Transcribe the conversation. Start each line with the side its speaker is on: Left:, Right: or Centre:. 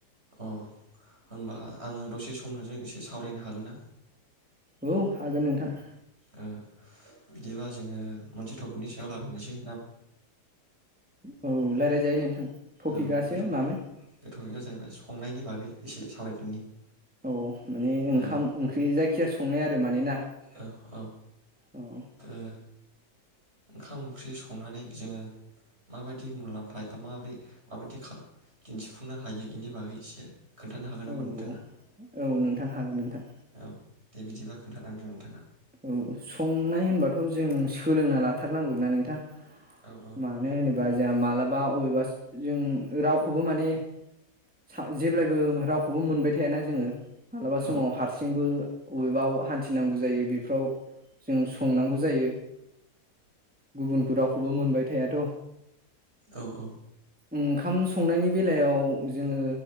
Right: अ' होनबा आङो दसे समजों एसे सावरायनो हागोन ना?
Centre: औ हागोन नोंथां।
Right: ओ बिदिबा जोङो मोनसे टपिकनि सायाव रायज्लायनोसै।
Centre: औ रायजलाय जायो नोंथां टपिकआसो
Right: औ बे टपिक
Centre: मामोन
Right: बे टपिका जाहैबाय संनायनि बागै एसे सावरायदोनि
Centre: औ माने ओंखाम
Right: ओ
Centre: ओंख्रि जायखिजाया संनाय आरो माने ना।
Right: औ औ
Centre: औ
Right: ओ ओंखाम ओंख्रि संनानै जोङो माबायदि मुलाम्फा एबा माबोरै माबायदि दिन्थिफुंनो हायो बेनि बागै एसे खोन्थानो हागोन
Centre: औ
Right: नामा नोंथाङा
Centre: औ नोंथां हागोन नोंथां
Right: औ दे बिदिबा खोन्थालांदो नोंथाङा।
Centre: औ संनाय होनबाथ' जों सोलोंना लाथारनांगौना नोंथां।
Right: औ औ
Centre: मानो होनोबा जोंहा मालाबा अयबास जों रावखौबो माने सा जेब्लायबो रावखौबो मोनबाय थायाना जोङो मालाबा
Right: माइ माइरंनि मारखौ
Centre: समाव हारसिंबो अबेबा हान्थिनांगौ जायो बे फ्राव जों संनांगौ जायो। गुबुन रावखौबो मोनबाय थायाथ'
Right: औ औ
Centre: ओंखाम संनायनि बेलायाव जोङो